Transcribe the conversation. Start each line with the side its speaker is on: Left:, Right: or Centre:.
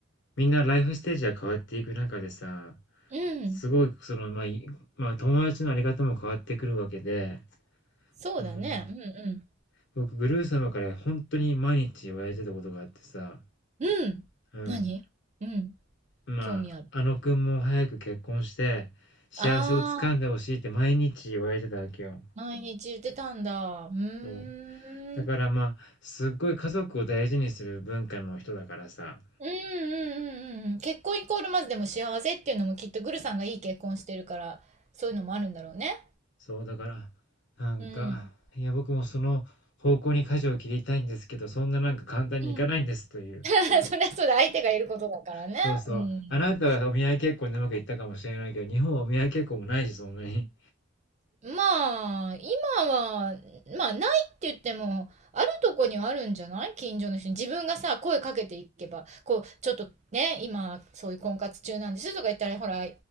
Left: みんなライフステージが変わっていく中でさ、
Right: うん。
Left: すごい、その、まあ、いまあ友達のあり方も変わってくるわけで、
Right: そうだね。
Left: うん。
Right: うん
Left: 僕、グルー様から本当に毎日言われてたことがあってさ、
Right: うん。うん。
Left: うん。
Right: 何うん。
Left: まあ、
Right: 興味ある。
Left: あの君も早く結婚して、幸せをつかんでほしいって毎日言われてたわけよ。
Right: ああ、毎日言ってたんだ。うーん。
Left: そう。だからまあ、すっごい家族を大事にする文化の人だからさ、
Right: うんうんうんうんうん。結婚イコールまずでも幸せっていうのもきっとグルさんがいい結婚してるから、そういうのもあるんだろうね。
Left: そうだから、なんか、
Right: うん。
Left: いや僕もその方向に舵を切りたいんですけど、そんななんか簡単にいかないんですという。
Right: うん。<laughs> そりゃそうだ、相手がいることだからね。
Left: そうそう。
Right: うん。
Left: あなたはお見合い結婚でうまくいったかもしれないけど、日本はお見合い結婚もないし、そんなに。
Right: まあ、今は、まあ、ないって言っても、あるとこにはあるんじゃない近所の人に。自分がさ、声かけていけば、こう、ちょっとね、今、そういう婚活中なんですとか言ったら、ほら、